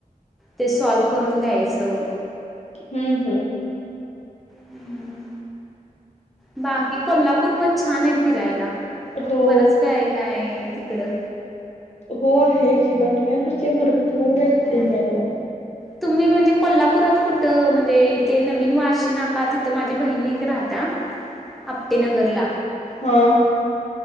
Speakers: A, in the centre; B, on the left.
A: ते सॉल्व करून द्यायचं.
B: हम्म.... हम्म
A: हम्म... बाकी कोल्हापूर पण छान आहे, फिरायला
B: हो
A: बरंच काय काय ये. तिकडं.
B: हो आहे की, बघण्यासारखे भरपूर आहे
A: खरं
B: पुण्याला.
A: तुम्ही म्हणजे कोल्हापुरात कुठं म्हणजे ते नवीन वाशी नाका तिथं माझी बहीण एक राहते. आ आप्टे नगरला.
B: हा.